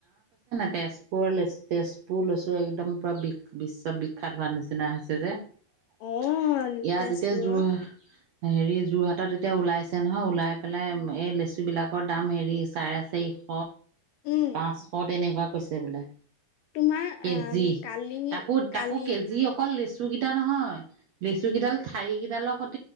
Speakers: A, on the right (about 65°); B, on the left (about 75°).
A: তেজপুৰ লেচু তেজপুৰ লেচু। টো একদম পুৰা বিক বিশ্ব বিখ্যাত হোৱাৰ নিচিনা হৈছে যে। ইয়াত
B: অ তেজপুৰৰ
A: এতিয়া যোৰ হেৰি যোৰহাট তাত এতিয়া ওলাইছে নহয় ওলাই পেলাই এই লেচু বিলাকৰ দাম হেৰি চাৰে চাৰিশ
B: উম
A: পাঁচশট তেনেকুৱা হৈছে বোলে।
B: তোমাৰ
A: কেজি
B: আম কালি
A: তাকো
B: কালি
A: তাকো কেজি অকল লেচু টো কীটা নহয় লেচু কেইডাল ঠাৰি কেইডালৰ সৈত